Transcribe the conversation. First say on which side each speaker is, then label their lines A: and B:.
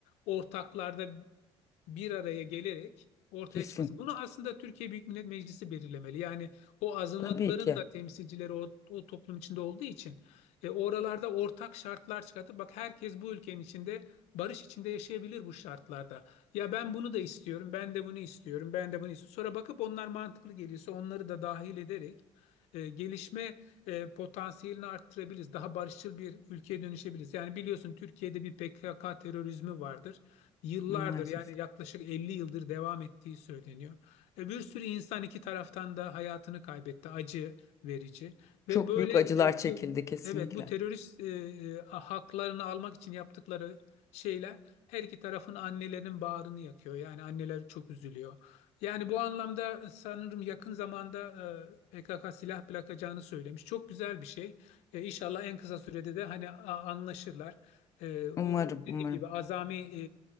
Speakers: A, on the left (about 80°); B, on the left (about 30°).
A: ortaklarda bir araya gelerek ortaya
B: kesin.
A: çıkması. Bunu aslında Türkiye Büyük Millet Meclisi belirlemeli. Yani o azınlıkların
B: Tabii ki.
A: da temsilcileri o, o toplum içinde olduğu için e, oralarda ortak şartlar çıkartıp bak herkes bu ülkenin içinde barış içinde yaşayabilir bu şartlarda. Ya ben bunu da istiyorum, ben de bunu istiyorum, ben de bunu istiyorum. Sonra bakıp onlar mantıklı geliyorsa onları da dahil ederek e, gelişme e, potansiyelini arttırabiliriz. Daha barışçıl bir ülkeye dönüşebiliriz. Yani biliyorsun Türkiye'de bir PKK terörizmi vardır yıllardır
B: Maalesef.
A: yani yaklaşık 50 yıldır devam ettiği söyleniyor. E, bir sürü insan iki taraftan da hayatını kaybetti. Acı verici
B: Çok
A: ve böyle
B: büyük acılar
A: e,
B: çekildi
A: bu,
B: kesinlikle.
A: evet bu terörist e, e, haklarını almak için yaptıkları şeyler her iki tarafın annelerinin bağrını yakıyor. Yani anneler çok üzülüyor. Yani bu anlamda sanırım yakın zamanda e, PKK silah bırakacağını söylemiş. Çok güzel bir şey. E, İnşallah en kısa sürede de hani a- anlaşırlar. Ee, o
B: Umarım,
A: dediğim
B: umarım.
A: gibi azami e,